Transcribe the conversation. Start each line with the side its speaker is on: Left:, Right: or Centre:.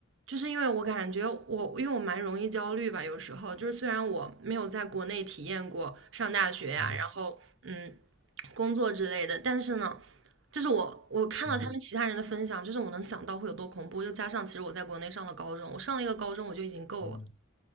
Right: 就是因为我感觉我，因为我蛮容易焦虑吧，有时候就是虽然我没有在国内体验过上大学呀，
Left: 嗯
Right: 然后嗯，工作之类的，但是呢，就是我我看到他们其他人的分享，
Left: 嗯
Right: 就是我能想到会有多恐怖，又加上其实我在国内上了高中，我上了一个高中我就已经够了，
Left: 嗯。